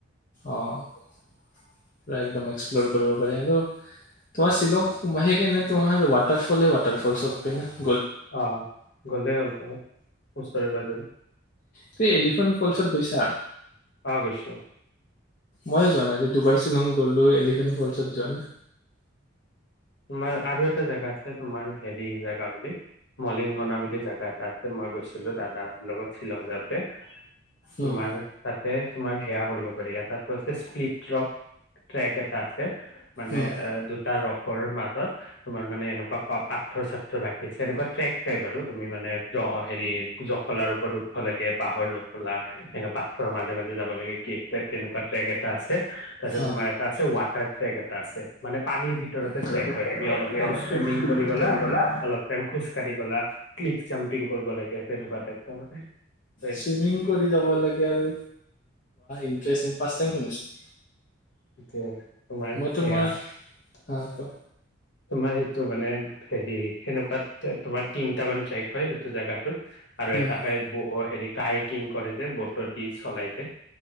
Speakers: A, on the left (about 40°); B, on the left (about 60°).
A: অ পুৰা একদম এক্সপ্লৰ কৰিব পাৰে আৰু তোমাৰ শ্বিলং সোমে নে তোমহাৰৰৱটাৰফলেৱটাৰফল চবে <unintelligible>
B: আহ গ'লেই হ'ল ক'ব ওচৰে পাঁজৰে
A: তু এলিফেণ্ট ফলচত গৈছা
B: অ গৈছো
A: মইে যোৱা নাই দুবাৰ শ্বিলং গলো এলিফেণ্ট ফলচত যোৱা নে
B: তোমাৰ আৰু এটা জোগা আছে তোমাৰ হেৰি জেগা বুলি মলিংগনা বুলি জেগা এটা আছে মই গৈছিলো দাদাৰ লগত শ্বিলং যাওঁতে তোমাৰ
A: উম,
B: ততে তোমাৰ সেয়া কৰিব পাৰি এটাাতো আছে স্প্লিট ক ট্ৰেক এটা আছে মানে
A: উম,
B: এ দুটা ৰক্ত মাজত তোমাৰ মানে এনেকুৱা পাথৰ সাৰ্থ ৰাখি আছে এনেকুৱা ট্ৰেক টাইপ আৰু তুমি মানে জ হেৰি জখলাৰ ওপৰত উঠব লাগে বাহৰ জখলা এনো পাথৰ মাজে মাজে যাব লাগে কেফ টাইপ তেনেকুৱা ট্ৰেক এটা আছে তাৰপিছত
A: অ।
B: তোমাৰ এটা আছে ৱাটাৰ ট্ৰেক এটা আছে মানে পানীৰ ভিতৰত
A: মুঠতে
B: ট্ৰেক হয়
A: চেক
B: অ
A: তুমি অলপ
B: চুইিং
A: টাইম চুইমিং
B: কৰি গা
A: গ'লা,
B: অলপ টাইম খোজ কঢ়ি গ'লা কলিফ জাম্পিং কৰিব লাগ তেনেকুৱা তাৰে
A: চুইমিং কৰি যাব লাগে আৰু ইটষ্টি ফট শুনিছো <inaudible>
B: এতিয়া তোমাৰ
A: মই
B: সেয়া
A: তোমাৰ হা কোৱা,
B: তোমাৰ সেইটো মানে হেৰি সেনেকুৱাত তোমাৰ তিনট মান ট্ৰেক হয় এইটো জেগাত আৰু
A: উম,
B: এটা হয় ব হেৰি কায়ে কিং কৰে যে ব্ত উ দি চলাইছে